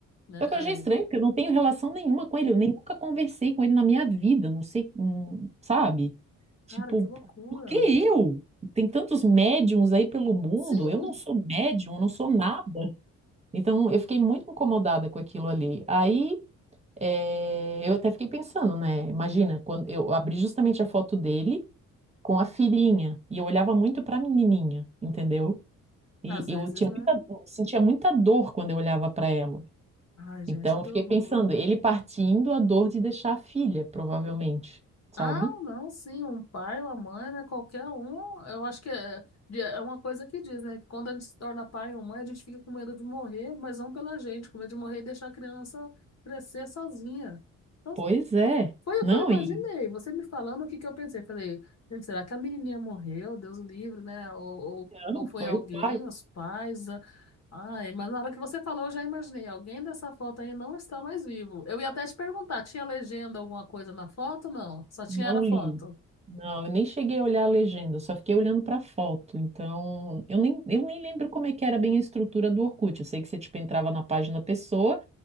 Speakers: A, on the left; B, on the right.
A: né?
B: só que eu achei estranho,
A: É.
B: porque eu não tenho relação nenhuma com ele. Eu nem nunca conversei com ele na minha vida. Não sei, hum, sabe? Tipo,
A: Cara, que loucura.
B: por por que eu? Tem tantos médiums aí pelo mundo.
A: Sim,
B: Eu não sou médium, eu não sou nada. Então, eu fiquei muito incomodada com aquilo ali. Aí. É, eu até fiquei pensando, né? Imagina, quando eu abri justamente a foto dele com a filhinha e eu olhava muito pra menininha, entendeu? E
A: às
B: eu
A: vezes,
B: tinha
A: né?
B: muita- sentia muita dor quando eu olhava pra ela.
A: Ai, gente,
B: Então,
A: que
B: eu fiquei
A: horror.
B: pensando, ele partindo a dor de deixar a filha, provavelmente, sabe?
A: Ah, não, sim, um pai, uma mãe, né? Qualquer um, eu acho que é, de- é uma coisa que diz, né? Que quando a gente se torna pai ou mãe, a gente fica com medo de morrer, mas não pela gente, com medo de morrer e deixar a criança crescer sozinha. Então,
B: Pois é.
A: foi o
B: Não,
A: que eu imaginei.
B: e
A: Você me falando, o que que eu pensei? Falei, gente, será que a menininha morreu? Deus o livre, né? Ou, ou, ou
B: não,
A: foi
B: foi
A: alguém,
B: o pai.
A: os pais? a- Ai, mas na hora que você falou, eu já imaginei. Alguém dessa foto aí não está mais vivo. Eu ia até te perguntar, tinha legenda alguma coisa na foto? Não, só tinha
B: Não
A: era foto.
B: li. Não, eu nem cheguei a olhar a legenda, só fiquei olhando para a foto. Então, eu nem, eu nem lembro como é que era bem a estrutura do Orkut. Eu sei que você, tipo, entrava na página da pessoa,